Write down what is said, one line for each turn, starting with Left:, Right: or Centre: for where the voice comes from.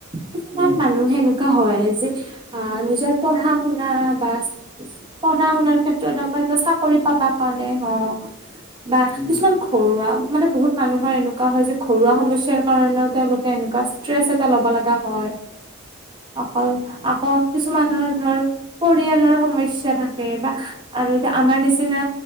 Right: কিছুমান
Left: উম
Right: মানুহ এনেকুৱা হয় যে আহ নিজৰ পঢ়া-শুনা বা। পঢ়া-শুনাৰ ক্ষেত্ৰত হওক বা এই চাকৰি পাবা কাৰণেই হওঁক। বা
Left: উম
Right: কিছুমান ঘৰুৱা মানে বহুত মানুহৰ এনেকুৱা হয় যে ঘৰুৱা সমস্যাৰ কাৰণেও তেওঁলোকে এনেকুৱা। ট্ৰেচ এটা ল'ব লগা হয়। আকৌ-
Left: সঁচাই দেই।
Right: আকৌ কিছুমানৰ ধৰ পৰিয়ালৰ সমস্যা থা। থাকে বা আৰু এতিয়া আমাৰ নিচিনা।